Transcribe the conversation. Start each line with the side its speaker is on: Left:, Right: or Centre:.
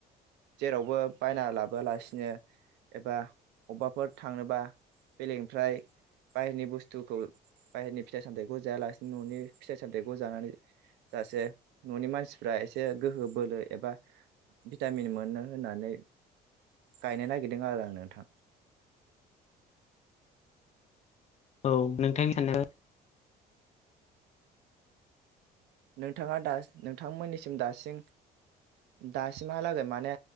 Right: जेरावबो बायना लाबोलासिनो एबा अबेबाफोर थांनोबा बेलेगनिफ्राय बाहेरनि बुस्थुखौ बाहेरनि फिथाइ सामथायाइखौ जायालासिनो न'नि फिथाइ सामथाइ जानानै ससे न'नि मानसिफ्रा एसे गोहो बोलो एबा भिटामिन मोनो होननानै गायनो नागिरदों आरो आं नोंथां
Left: औ नोंथांनि सानो
Right: नोंथाङा दा नोंथांमोननिसिम दासिम दासिमहालागै माने